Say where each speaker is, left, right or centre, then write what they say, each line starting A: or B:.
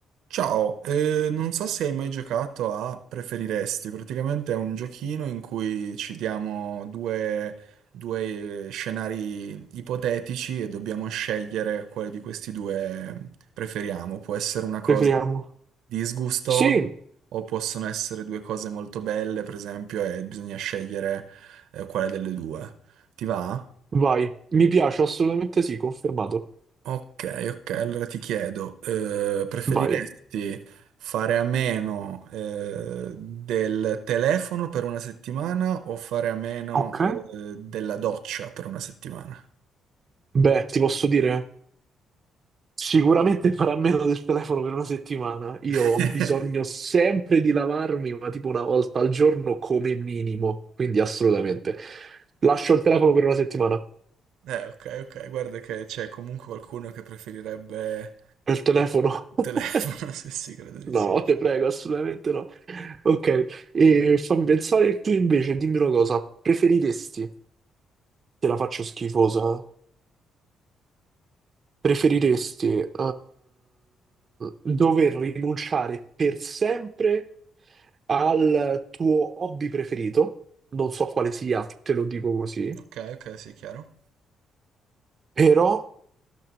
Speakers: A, on the right; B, on the right.
A: Ciao, eh, non so se hai mai giocato a Preferiresti, praticamente è un giochino in cui ci diamo due, due scenari ipotetici e dobbiamo scegliere quale di questi due preferiamo. Può essere una cosa
B: Preferiamo?
A: disgustosa
B: Sì,
A: o possono essere due cose molto belle, per esempio, e bisogna scegliere eh, quale delle due. Ti va?
B: vai. Mi piace, assolutamente sì, confermato.
A: Ok, ok, allora ti chiedo, eh, preferiresti
B: Vai.
A: fare a meno, eh, del telefono per una settimana o fare a meno,
B: Ok.
A: eh, della doccia per una settimana?
B: Beh, ti posso dire, sicuramente farà meno del telefono per una settimana. Io
A: <laughs>
B: ho bisogno sempre di lavarmi, ma tipo una volta al giorno come minimo, quindi assolutamente. Lascio il telefono per una settimana.
A: Eh, ok, ok, guarda che c'è comunque qualcuno che preferirebbe
B: Il telefono?
A: il
B: <laughs>
A: telefono, <laughs> sì, sì, credo di
B: No,
A: sì.
B: te prego, assolutamente no. Ok, e fammi pensare tu invece, dimmi una cosa, preferiresti, te la faccio schifosa, Preferiresti eh, dover rinunciare per sempre al tuo hobby preferito? Non so quale sia, te lo dico così,
A: Ok, ok, sì, chiaro.
B: però,